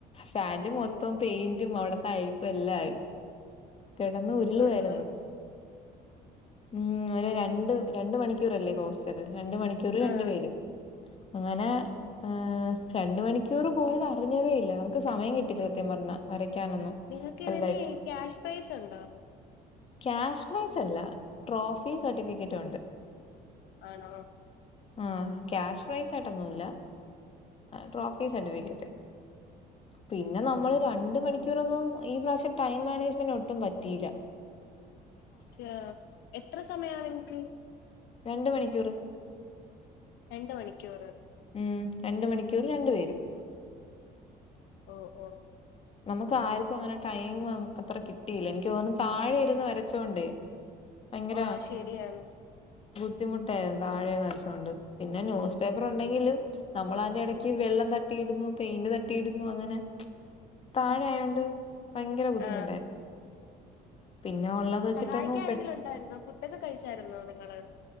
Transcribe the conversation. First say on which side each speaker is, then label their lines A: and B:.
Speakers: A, on the left; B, on the left.
A: പാന്റ്
B: അയ്യോ
A: മൊത്തം പെയിന്റും അവ്ട്ത്തെ അഴുക്കും എല്ലാ ആയി കെടന്ന് ഉരുളുവായിരുന്നു
B: കൊള്ളാം
A: ഉം ഒര് രണ്ട് രണ്ട് മണിക്കൂറല്ലേ പോസ്റ്ററ് രണ്ട് മണിക്കൂറ് രണ്ട്
B: ആ
A: പേര് ഇങ്ങനെ ആ രണ്ട് മണിക്കൂർ പോയത് അറിഞ്ഞതേ ഇല്ല നമുക്ക് സമയം കിട്ടില്ല സത്യം പറഞ്ഞ വരയ്ക്കാനൊന്നും
B: നിങ്ങക്ക്
A: വലുതായിട്ട്
B: ഇതിന് ക്യാഷ് പ്രൈസ് ഉണ്ടോ
A: ക്യാഷ് പ്രൈസല്ല ട്രോഫീ സർട്ടിഫിക്കെറ്റുണ്ട്
B: ആണോ
A: ആഹ് ക്യാഷ് പ്രൈസായിട്ടൊന്നുല്ല ട്രോഫി
B: ഉം,
A: സർട്ടിഫിക്കറ്റ് പിന്നെ നമ്മൾ രണ്ട മണിക്കൂറൊന്നും ഈ പ്രാവശ്യം ടൈം മാനേജ്മെന്റ് ഒട്ടും പറ്റീല്ല
B: ച്ചാ എത്ര സമയാ നിങ്ങൾക്ക്.
A: രണ്ട് മണിക്കൂറ്
B: രണ്ട് മണിക്കൂറ്
A: ഉം രണ്ട് മണിക്കൂറ് രണ്ടു പേര്
B: ഓ ഓ
A: നമ്ക്കാര്ക്കും അങ്ങെനെ ടൈമ് അത്ര കിട്ടിയില്ല എനിക്ക് തോന്നുന്നു താഴെ ഇര്ന്ന് വരച്ചോണ്ടേ ഭയങ്കര
B: ആ ശരിയാണ്
A: ബുദ്ധിമുട്ടായിരുന്നു താഴെ <unintelligible> പിന്നെ ന്യൂസ് പേപ്പർ ഉണ്ടെങ്കിലും നമ്മളാന്റെടക്ക് വെള്ളം തട്ടിയിടുന്നു പെയിന്റ് തട്ടിയിടുന്നു അങ്ങനെ താഴെ
B: ഉം.
A: ആയൊണ്ട് ഭയങ്കര ബുദ്ധിമുട്ടായി
B: ആ
A: പിന്നെ ഉള്ളത് വെച്ചിട്ടങ്ങ്
B: സഹായിക്കാരെങ്കിലും
A: പെ
B: ഉണ്ടായിരുന്നോ ഫുഡൊക്കെ കഴിച്ചായിരുന്നോ നിങ്ങള്